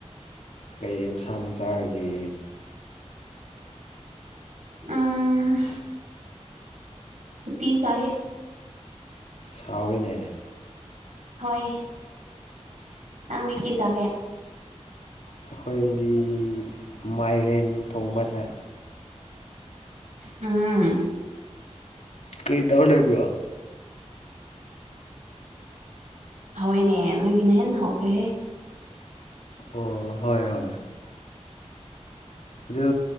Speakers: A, on the left; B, on the right.
A: ꯀꯩ ꯌꯦꯟꯁꯥꯡ ꯆꯥꯔꯒꯦ
B: ꯎꯝ ꯇꯤ ꯆꯥꯏꯌꯦ
A: ꯍꯥꯎꯋꯦꯅꯦ
B: ꯍꯣꯏ ꯅꯪꯗꯤ ꯀꯩ ꯆꯥꯒꯦ
A: ꯑꯩꯈꯣꯏꯗꯤ ꯃꯥꯏꯔꯦꯟ ꯊꯣꯡꯕ ꯆꯥꯏ
B: ꯎꯝ
A: ꯀꯔꯤ ꯇꯧꯔ ꯂꯩꯕ꯭ꯔꯣ
B: ꯍꯣꯏꯅꯦ ꯅꯣꯏꯒꯤꯅ ꯍꯦꯟꯅ ꯍꯧꯈ꯭ꯔꯦꯍꯦ
A: ꯑꯣ ꯍꯣꯏ ꯍꯣꯏ ꯑꯗꯨ